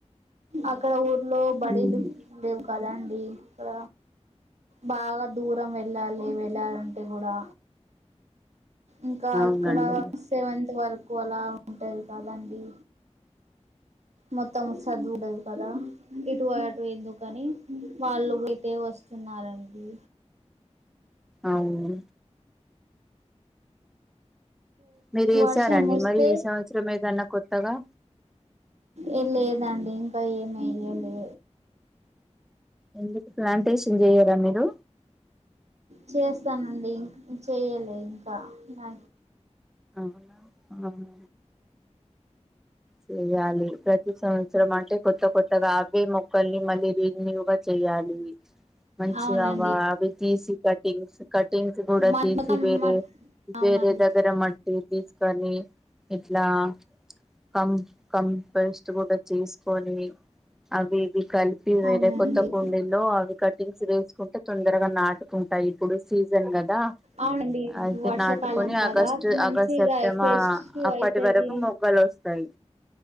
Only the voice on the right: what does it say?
అక్కడ ఊర్లో బడీలు
లేవు కదా అండి ఇక్కడ బాగా దూరం వెళ్ళాలి వెళ్ళాలంటే కూడా ఇంకా
అక్కడ సెవెంత్ వరకు అలా ఉంటయి కదండి మొత్తం చదువు లే కదా ఇటుఅటు ఎందుకని వాళ్ళు ఇటే వస్తున్నారండి
వర్షం వస్తే
ఏం లేదండి ఇంకా ఏమి ఎయ్యలే
చేస్తానండి ఇం చేయ్యాల ఇంకా నా
అవునండి
మొత్తం
అవునండి
అవునండి
అవునండి
వర్షాకాలం
కదా
మంచిగా
ఫ్రెష్
అయితది